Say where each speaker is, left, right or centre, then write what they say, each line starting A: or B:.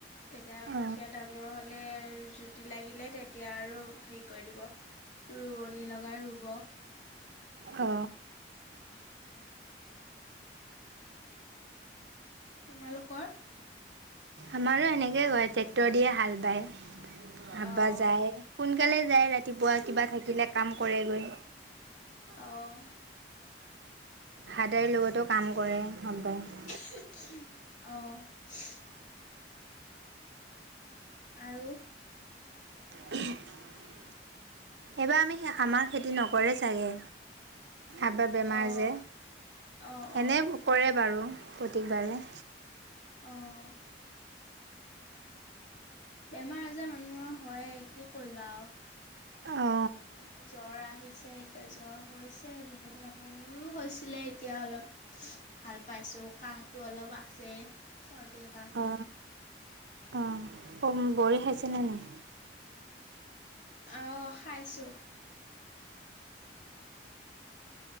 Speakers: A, on the left; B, on the right.
A: তেতিয়া
B: অ
A: কঠিয়া ডাঙৰ হ'ল তে জুতি লাগিলে তেতিয়া আৰু হেৰি কৰি দিব ৰুৱনী লগাই ৰুব ব।
B: অ।
A: তোমালোকৰ।
B: আমাৰো এনেকৈ কৰে ট্ৰেক্টৰ দিয়ে হাল বায়। আব্বা
A: অঁ
B: যায় সোনকালে যায় ৰাতিপুৱা কিবা থাকিলে কাম কৰেগৈ।
A: অঁ।
B: হাদাৰীৰ লগতো কাম কৰে আব্বাই।
A: অঁ। আৰু।
B: <unintelligible> এইবাৰ আমি আমাৰ খেতি নকৰে চাগে। আব্বাৰ বেমাৰ
A: অঁ
B: যে
A: অঁ অঁ
B: এনে কৰে বাৰু প্ৰতেকবাৰে।
A: অঁ। বেমাৰ আজাৰ মানুহৰ হয়ে কি কৰিবা আও।
B: অ
A: আজি জ্বৰ আহিছে। এতিয়া জ্বৰ হৈছে বহুত মানুহৰ মোৰো হৈছিলে এতিয়া অলপ। ভাল পাইছো কাহটো অলপ আছে চৰ্দি। কাহটো
B: অ অ উম বৰি খাইছানে নাই।
A: অঁ খাইছোঁ।